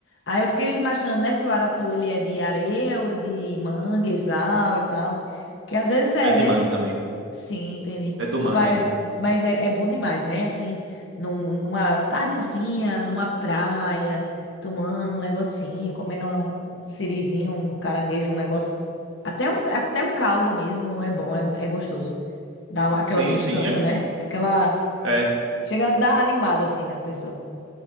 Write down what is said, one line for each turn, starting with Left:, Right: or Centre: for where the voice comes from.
Left: Aí eu fiquei imaginando, né, se o aratu ele é de areia ou é de manguezal e tal. Que às vezes é,
Right: É de
Left: né?
Right: mangue também.
Left: Sim, entendi.
Right: É do
Left: Rapaz,
Right: mangue.
Left: mas é, é bom demais, né? Assim, num- numa tardezinha, numa praia, tomando um negocinho, comendo um, um sirizinho, um caranguejo, um negócio. Até, um, até o caldo mesmo é bom, é, é gostoso. Dá uma- aquela
Right: Sim,
Left: sustância,
Right: sim, é aqui.
Left: né? Aquela.
Right: É.
Left: Chega a dar animada, assim, né, a pessoa.